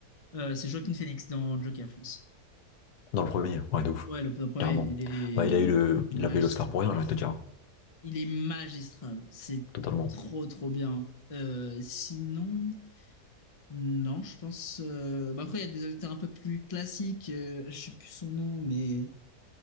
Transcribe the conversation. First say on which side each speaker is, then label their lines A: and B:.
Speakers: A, on the left; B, on the left.
A: euh, c'est Joaquin Phoenix dans Joker, je pense.
B: Dans le premier, ouais, de ouf.
A: Ouais, le, le premier,
B: Carrément.
A: il est
B: Bah, il a eu le,
A: magistral.
B: il a payé l'Oscar pour rien, j'ai envie de te dire. hein.
A: Il est magistral. C'est
B: Totalement.
A: trop, trop bien. Euh, sinon, non, je pense. euh, bah après, il y a des acteurs un peu plus classiques. euh, je sais plus son nom, mais